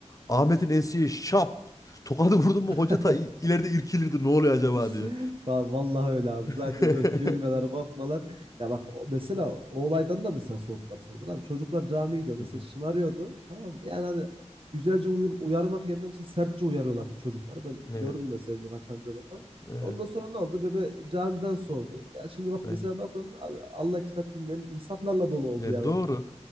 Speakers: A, on the left (about 30°); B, on the right (about 50°).
A: Ahmet'in enseye şap tokadı vurdun mu hoca
B: <laughs>
A: ta i- ileride irkilirdi ne oluyor acaba
B: <laughs>
A: diye.
B: Va- Vallahi öyle abi.
A: <laughs>
B: Zaten yok gülmeler, kopmalar. Ya bak o- mesela o olaydan da mesela soğuttular sonra. Tamam, çocuklar camiye gidiyor. Mesela
A: Hı hı.
B: şımarıyordu. Tamam mı? Yani hani güzelce uyur, uyarmak yerine mesela sertçe uyarıyorlardı çocukları. Ben
A: Evet.
B: gördüm mesela birkaç amcada falan.
A: Evet.
B: Ondan sonra ne oldu? Bebe camiden soğudu. Ya şimdi bak
A: Aynen.
B: mesela bakıyorsun abi Allah kitap bilmeyen insanlarla dolu oldu
A: Evet,
B: yani
A: doğru.
B: ortam.